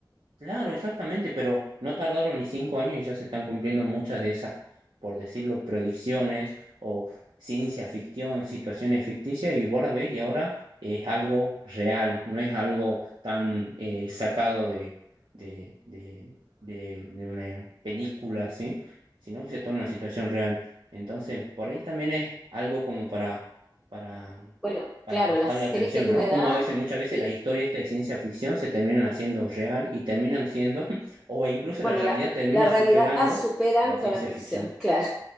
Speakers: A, on the right; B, in the centre.
A: Claro, exactamente, pero no tardaron ni cinco años y ya se están cumpliendo muchas de esas, por decirlo, predicciones o ciencia ficción, situaciones ficticias, y vos la ves y ahora es algo real, no es algo tan eh, sacado de, de, de, de- de una película, ¿sí? Sino que se torna una situación real. Entonces, por ahí también es algo como para, para
B: Bueno,
A: para
B: claro,
A: prestarle
B: las series
A: atención,
B: que tú
A: ¿no?
B: me
A: Como
B: das,
A: a veces, muchas veces
B: sí,
A: las historias estas de ciencia ficción se terminan haciendo real y terminan siendo, <laughs> o incluso
B: Bueno,
A: la realidad
B: la,
A: termina
B: la
A: superando
B: realidad superando
A: la ciencia
B: la ficción,
A: ficción.
B: <laughs> claro.